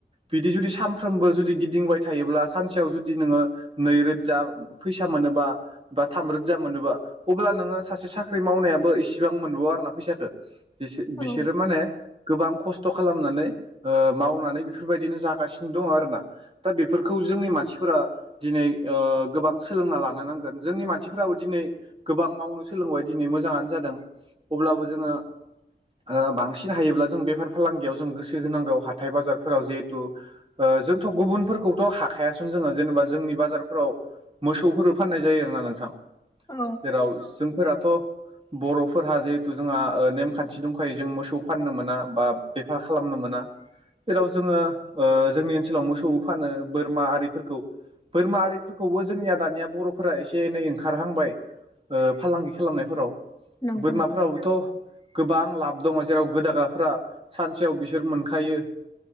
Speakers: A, on the right (about 30°); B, on the left (about 20°).
A: बिदि जुदि सानफ्रोमबो जुदि गिदिंबाय थायोब्ला सानसेयाव जुदि नोङो नैरोजा फैसा मोनोबा बा थाम रोजजा मोनोबा। अब्ला नोङो सासे साख्रि मावनायाबो इसेबां मोनबावा आरोना फैसाखो। एसे बिसोरो
B: औ
A: माने बां खस्थ' खालामनानै ओ मावनानै बेफोरबायदिनो जागासिनो दं आरोना। दा बेफोरखौ जोंनि मानसिफोरा दिनै ओ गोबां सोलोंना लानो नांगोन। जोंनि मानसिफोराबो दिनै गोबां मावनो सोलोंबाय दिनै मोजाङानो जादों। अब्लाबो जोङो ओ बांसिन हायोब्ला जों बेफार फालांगियाव जों गोसो सो होनांगौ हाथाइ बाजारफोराव जेहेथु। ओ जोंथ' गुबुनफोरखौथ' हाखा हायासुन जोङो जेन'बा जोंनि बाजारफोराव मोसौफोर फाननाय जायो आरोना नोंथां।
B: औ
A: जेराव जोंफोराथ' बर'फोरहा जेहेथु जोंहा ओ नेमखान्थि दंखायो जों मोसौ फाननो मोना बा बेफार खालामनो मोना। जेराव जोङो ओ जोंनि ओनसोलाव मोसौबो फानो बोरमा आरिफोरखौ बोरमा आरिफोरखौबो जोंनिया दानिया बर'फोरा एसे एनै ओंखारहांबाय। ओ फालांगि खालामनायफोराव
B: नंगौ
A: बोरमाफोराबोथ' गोबां लाब दङ' जेराव गोदाग्राफोरा सानसेयाव बिसोर मोनखायो।